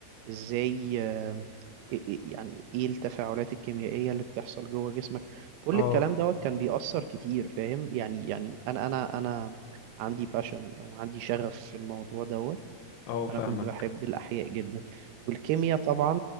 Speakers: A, on the right; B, on the left.
A: ازاي آم، إيه- إيه- يعني ايه التفاعلات الكيميائية اللي بتحصل جوه جسمك كل
B: اه
A: الكلام دوت كان بيأثر كتير فاهم يعني يعني انا انا انا عندي باشن او عندي شغف في الموضوع دوت
B: اه
A: فانا
B: فاهمك
A: كنت بحب الاحياء جدا والكيمياء طبعا